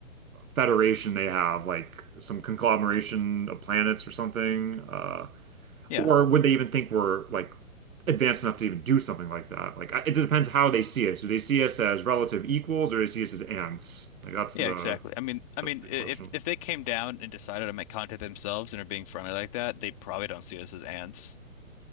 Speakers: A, on the right (about 80°); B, on the left (about 25°).
A: federation they have, like some conglomeration of planets or something? Uh,
B: Yeah.
A: or would they even think we're like advanced enough to even do something like that? Like, it depends how they see us. Do they see us as relative equals or do they see us as ants? Like, that's
B: Yeah,
A: the
B: exactly. I mean, I mean,
A: that's the big
B: i- if
A: question.
B: if they came down and decided to make contact themselves and are being friendly like that, they probably don't see us as ants.